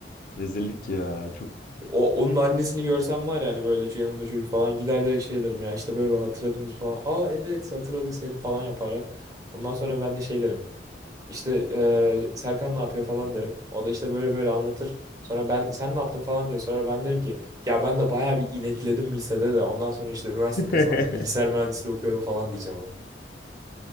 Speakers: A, on the left; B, on the right.
A: Rezillik ya. Çok
B: O, onun annesini görsem var yani böyle yanında çocuk falan gider direkt şey derim ya işte böyle hatırladınız falan. Aa evet hatırladık Selim falan yaparlar. Ondan sonra ben de şey derim. İşte eee, Serkan ne yapıyor falan derim. O da işte böyle böyle anlatır. Sonra ben sen ne yaptın falan diye sorar. Ben derim ki ya ben de bayağı bir inekledim lisede de. Ondan sonra işte üniversite
A: <laughs>
B: kazandım. Bilgisayar mühendisliği okuyorum falan diyeceğim ona.